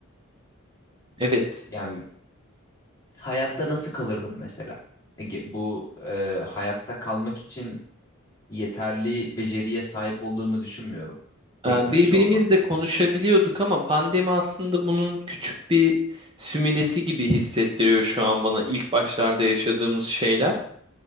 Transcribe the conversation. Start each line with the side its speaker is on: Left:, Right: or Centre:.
Right: Evet.
Left: Yani hayatta nasıl kalırdım mesela? Ege, bu e, hayatta kalmak için yeterli beceriye sahip olduğumu düşünmüyorum. Teknoloji
Right: Ee, Birbirimizle
Left: olmasa.
Right: konuşabiliyorduk ama pandemi aslında bunun küçük bir sümülesi gibi hissettiriyor şu an bana ilk başlarda yaşadığımız şeyler